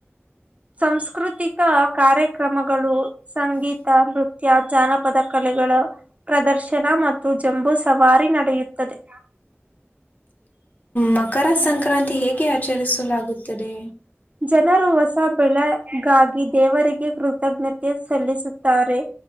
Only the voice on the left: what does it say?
ಮಕರ ಸಂಕ್ರಾಂತಿ ಹೇಗೆ ಆಚರಿಸಲಾಗುತ್ತದೆ